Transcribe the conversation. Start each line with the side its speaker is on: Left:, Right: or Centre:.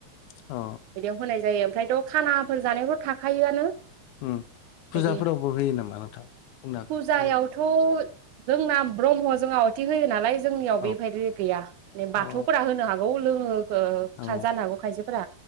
Left: औ
Right: बिदियाव होनाय जायो ओमफ्रायथ' खानाफोर जानायफोर था खायोआनो
Left: उम फुजाफोरावबो
Right: बिदि
Left: होयो नामा नोंथां बुंनो हागोन
Right: फुजायावथ'
Left: फुजा
Right: जोंना ब्रह्म जों आवथि होयो नालाय जोंनियाव
Left: औ
Right: बेबायदि गैया। माने बाथौ
Left: औ
Right: फोरा होनो हागौ लोंङोखो
Left: औ
Right: होनो हागौ खायसेफोरा